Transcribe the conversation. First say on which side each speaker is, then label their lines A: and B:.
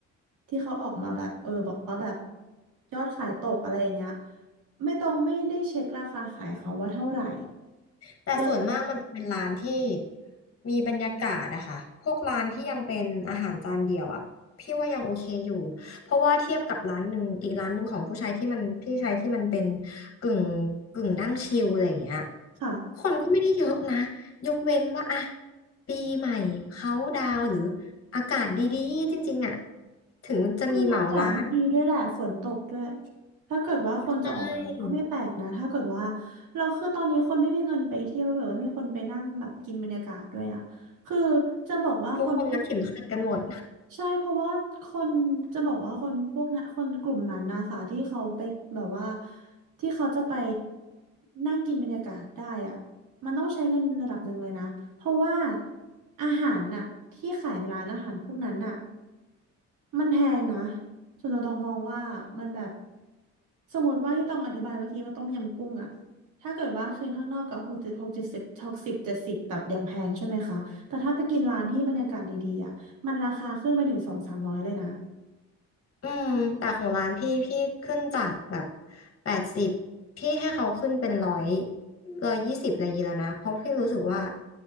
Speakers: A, on the right; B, on the left.
A: ที่เขาออกมาแบบเออบอกว่าแบบยอดขายตกอะไรอย่างเงี้ยไม่ต้องไม่ได้เช็คราคาขายเขาว่าเท่าไหร่
B: แต่ส่วนมากมันจะเป็นร้านที่
A: เลย
B: มีบรรยากาศอะค่ะพวกร้านที่ยังเป็นอาหารจานเดียวอะพี่ว่ายังโอเคอยู่เพราะว่าเทียบกับร้านหนึ่งอีกร้านหนึ่งของผู้ชายที่มันพี่ชายที่มันเป็นกึ่งกึ่งดั้งชิลอะไรอย่างเงี้ย
A: ค่ะ
B: คนก็ไม่ได้เยอะนะยกเว้นว่าอะปีใหม่เขาดาวน์หรืออากาศดีๆจริงๆอะถึงจะมีเหมาร้าน
A: ช่วงนี้อากาศไม่ดีด้วยแหละฝนตกด้วยถ้าเกิดว่าคนจะออกไปก็ไม่แปลกนะถ้าเกิดว่า
B: ใช่
A: เราคือตอนนี้คนไม่มีเงินไปเที่ยวหรือว่าไม่มีคนไปนั่งแบบกินบรรยากาศด้วยอ่ะคือจะบอกว่าคนพวก
B: ทุกคนรัดเข็มขัดกันหมด
A: ใช่เพราะว่าคนจะบอกว่าคนพวกนั้นคนกลุ่มนั้นนะคะที่เขาไปแบบว่าที่เขาจะไปนั่งกินบรรยากาศได้อ่ะมันต้องใช้เงินระดับหนึ่งเลยนะเพราะว่าอาหารน่ะที่ขายในร้านอาหารพวกนั้นน่ะ มันแพงนะส่วนตัวตองมองว่ามันแบบสมมติว่าที่ต้องอธิบายเมื่อกี้ว่าต้มยำกุ้งอะถ้าเกิดว่าคืนข้างนอกก็หกสิบหกเจ็ดสิบหกสิบเจ็ดสิบแบบอย่างแพงใช่ไหมคะแต่ถ้าไปกินร้านที่บรรยากาศดีๆอะมันราคาขึ้นไปถึงสองสามร้อยเลยนะ
B: อืม แต่ของร้านพี่พี่ขึ้นจากแบบแปดสิบพี่ให้เขาขึ้นเป็นร้อยร้อยยี่สิบอะไรอย่างงี้แล้วนะเพราะพี่รู้สึกว่า